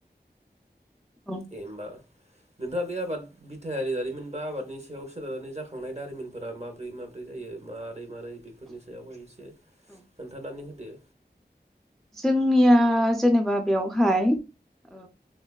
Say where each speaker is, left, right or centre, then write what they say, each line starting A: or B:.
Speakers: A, in the centre; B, on the right.
A: औ
B: दे होमबा नोंथाङा बे आबाद बिथा। थायारि दारिमिन बा आबादनि सायाव सोनारनानै जाखांनाय दारिमिनफोरा माब्रै माब्रै जायो मा। मारै-मारै बेफोरनि सायावहाय एसे
A: औ
B: खोन्थानानै होदो।
A: जोंनिया जेनेबा बेयावहाय ओ